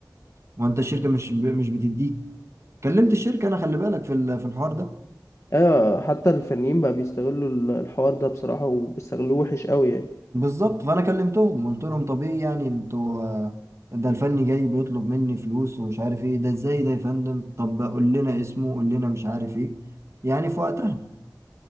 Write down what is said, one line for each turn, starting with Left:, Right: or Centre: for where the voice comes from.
Right: ما انت الشركة مش مش بتديك كلمت الشركة انا خلي بالك في ال- في الحوار ده
Left: ايوه حتى الفنيين بقى بيستغلوا ال- الحوار ده بصراحة وبيستغلوه وحش قوي يعني
Right: بالظبط فانا كلمتهم قلت لهم طب ايه يعني انتوا آه، ده الفني جاي بيطلب مني فلوس ومش عارف ايه ده ازاي ده يا فندم طب قول لنا اسمه قول لنا مش عارف ايه يعني في وقتها